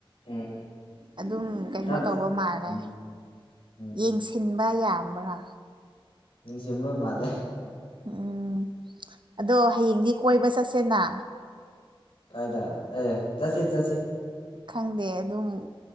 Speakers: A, on the left (about 70°); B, on the right (about 55°).
A: ꯎꯝ
B: ꯑꯗꯨꯝ ꯀꯩꯅꯣ
A: ꯈꯔ
B: ꯇꯧꯕ ꯃꯥꯜꯂꯦ
A: ꯎꯝ ꯎꯝ
B: ꯌꯦꯡꯁꯤꯟꯕ ꯌꯥꯝꯕ꯭ꯔꯥ
A: ꯏ ꯁꯤꯃ ꯃꯥꯂꯦ
B: ꯎꯝ ꯑꯗꯣ ꯍꯌꯦꯡꯗꯤ ꯀꯣꯏꯕ ꯆꯠꯁꯦꯅ
A: ꯀꯥꯏꯗ ꯑꯦ ꯆꯁꯤ ꯆꯁꯤ
B: ꯈꯪꯗꯦ ꯑꯗꯨꯝ